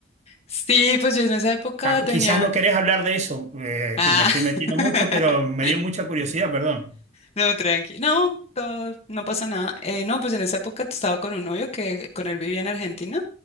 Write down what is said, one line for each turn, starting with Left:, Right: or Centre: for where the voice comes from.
Left: Sí, pues yo en esa época
Right: Ah,
Left: tenía,
Right: quizás no querés hablar de eso, eh,
Left: ah,
Right: te- me estoy metiendo
Left: <laughs>
Right: mucho, pero me dio mucha curiosidad, perdón.
Left: No, tranqui. No, todo, no pasa nada. Eh, no, pues en esa época estaba con un novio que con él vivía en Argentina